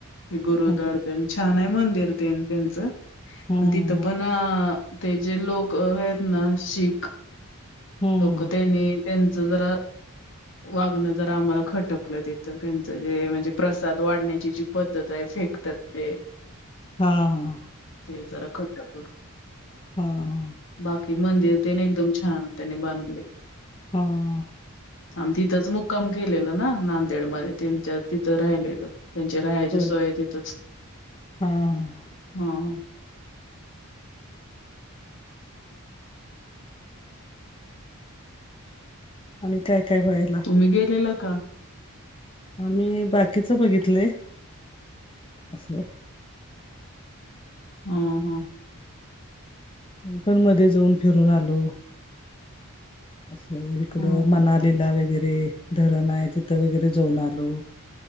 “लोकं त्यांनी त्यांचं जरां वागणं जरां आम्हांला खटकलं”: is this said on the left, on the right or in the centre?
Left